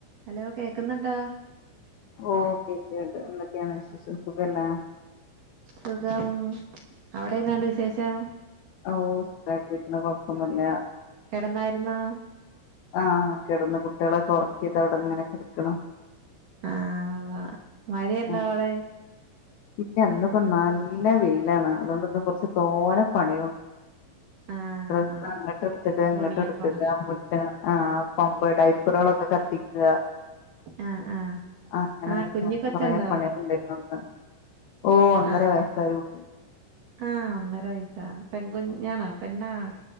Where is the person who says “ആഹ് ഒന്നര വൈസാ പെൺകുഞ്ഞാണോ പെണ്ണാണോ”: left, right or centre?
Right